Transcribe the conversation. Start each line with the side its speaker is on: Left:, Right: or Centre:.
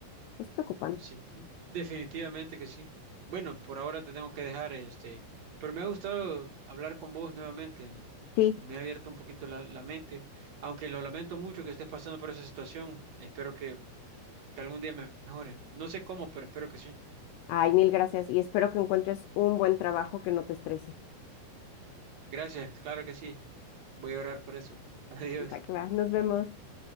Left: Es preocupante.
Right: Sí, definitivamente que sí. Bueno, por ahora te tengo que dejar, este, pero me ha gustado hablar con vos nuevamente.
Left: Sí.
Right: Me ha abierto un poquito la, la mente, aunque lo lamento mucho que estés pasando por esa situación. Espero que, que algún día me mejore. No sé cómo, pero espero que sí.
Left: Ay, mil gracias. Y espero que encuentres un buen trabajo que no te estrese.
Right: Gracias, claro que sí. Voy a orar por eso. <laughs> Adiós.
Left: Va que va. Nos vemos.